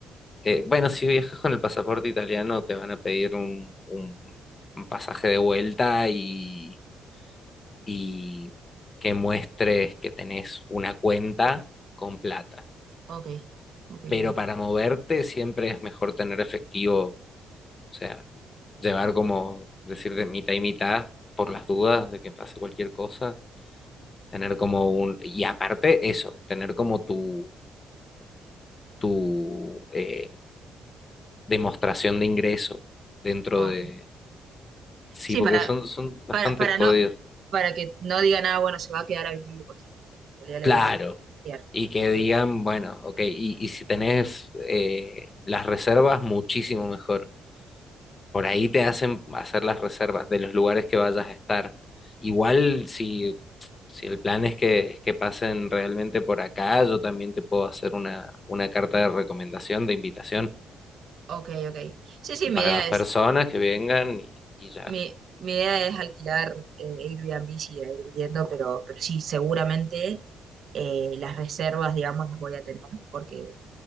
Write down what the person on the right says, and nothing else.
Ok, ok,
ok.
ok.
Sí,
para,
para, para
no, para que no diga nada, bueno, se va a quedar a vivir, pues. Valía la
idea. de alquilar.
Ok,
ok, ok. Sí, sí, mi
idea
es,
mi, mi idea es alquilar eh, Airbnb, y ir viendo, pero, pero sí, seguramente eh, las reservas, digamos, las voy a tener, porque